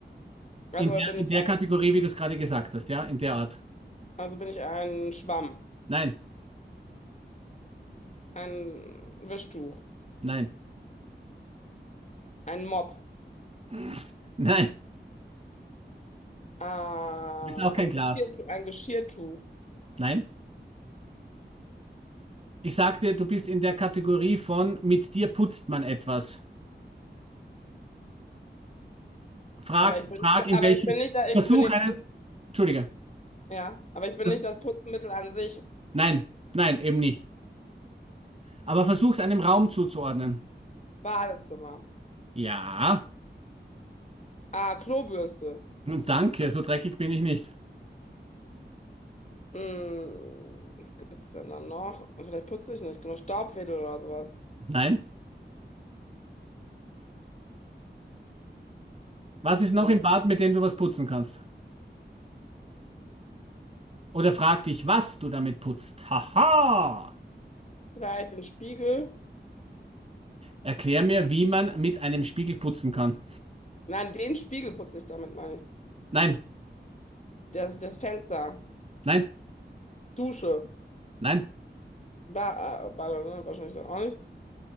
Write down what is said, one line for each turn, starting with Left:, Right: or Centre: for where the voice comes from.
Left: Also
Right: In der,
Left: bin
Right: in
Left: ich
Right: der
Left: ein,
Right: Kategorie, wie du es gerade gesagt hast, ja? In der Art.
Left: also bin ich ein Schwamm,
Right: Nein.
Left: ein Wischtuch,
Right: Nein.
Left: ein Mopp,
Right: <laughs> Nein.
Left: äh,
Right: Du bist auch kein
Left: ein
Right: Glas.
Left: Geschirrtuch, ein Geschirrtuch.
Right: Nein. Ich sagte, du bist in der Kategorie von mit dir putzt man etwas. Frag,
Left: Aber ich bin,
Right: frag in
Left: aber
Right: welchem,
Left: ich bin nicht, ich
Right: versuch
Left: bin jetzt
Right: einen,
Left: nicht,
Right: Entschuldige,
Left: ja, aber ich bin
Right: das,
Left: nicht das Putzmittel an sich.
Right: nein, nein, eben nicht. Aber versuch es einem Raum zuzuordnen.
Left: Badezimmer.
Right: Ja,
Left: Ah, Klobürste.
Right: hm, danke, so dreckig bin ich nicht.
Left: Hm, was gibt's denn dann noch? Vielleicht putze ich nicht genug. Staubwedel oder sowas.
Right: Nein. Was ist
Left: Hm,
Right: noch im Bad, mit dem du was putzen kannst? Oder frag dich, was du damit putzt. Haha!
Left: Vielleicht den Spiegel.
Right: Erklär mir, wie man mit einem Spiegel putzen kann.
Left: Nein, den Spiegel putze ich damit, meine ich.
Right: Nein,
Left: Das, das Fenster.
Right: nein,
Left: Dusche.
Right: nein,
Left: Ba äh, Bade, ne? Wahrscheinlich dann auch nicht.